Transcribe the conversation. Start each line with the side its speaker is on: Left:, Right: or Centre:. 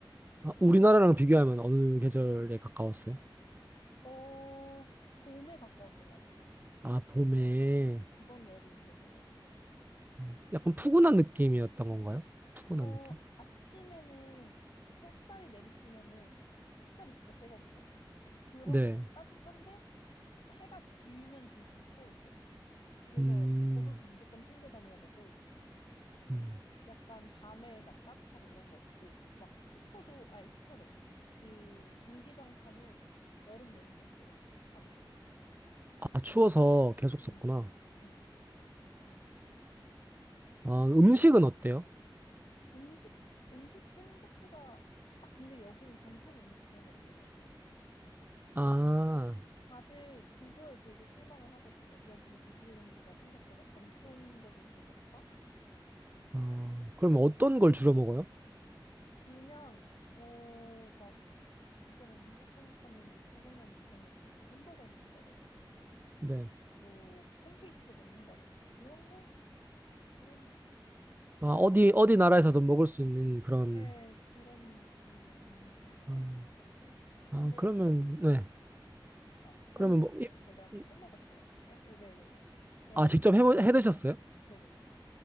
Right: 아, 우리나라랑 비교하면 어느 계절에 가까웠어요?
Left: 어, 봄에 가까웠던 것 같아요.
Right: 아, 봄에
Left: 이번 여름이 그랬던 것 같아요.
Right: 어, 약간 푸근한 느낌이었던 건가요? 푸근한
Left: 어,
Right: 느낌?
Left: 아침에는 햇살이 내리쬐면은 햇살이 진짜 세거든요. 그러면
Right: 네.
Left: 따뜻한데 해가 지면 질수록 추워졌어요. 그래서
Right: 음.
Left: 겉옷을 무조건 챙겨 다녀야 되고
Right: 음.
Left: 약간 밤에 막 따뜻하고 이런 거 없고 막 히터도 아니 히터래. 그 전기장판을 여름 내내 썼어요. 밤에.
Right: 아, 추워서 계속 썼구나.
Left: 네. 네. 약간 그런 느낌.
Right: 아,
Left: 예,
Right: 음식은 어때요?
Left: 음식 음식 생각보다 아 근데 여기는 전통 음식 그런 건 없는 것 같아요.
Right: 아.
Left: 다들 그거에 되게 실망을 하거든요. 여기 뉴질랜드가 생각보다 전통적인 그런 게 없다?
Right: 아, 그럼 어떤 걸 주로 먹어요?
Left: 그냥, 어, 막, 있잖아요. 미국 생각하면 생각나는 그런 것들, 뭐 햄버거를 먹는다든지,
Right: 네.
Left: 뭐 팬케이크를 먹는다든지, 막 그런 거? 약간 그런 막,
Right: 아, 어디, 어디 나라에서도 먹을 수 있는 그런,
Left: 네, 그런 느낌의 음식을 많이
Right: 음,
Left: 먹는 것 같아요.
Right: 아,
Left: 근데,
Right: 그러면, 네.
Left: 네. 아, 저는
Right: 그러면
Left: 그래서
Right: 뭐, 이-
Left: 제가
Right: 이-
Left: 해 먹었어요. 네? 네네네. 그러면,
Right: 아, 직접 해, 해 드셨어요?
Left: 네네네.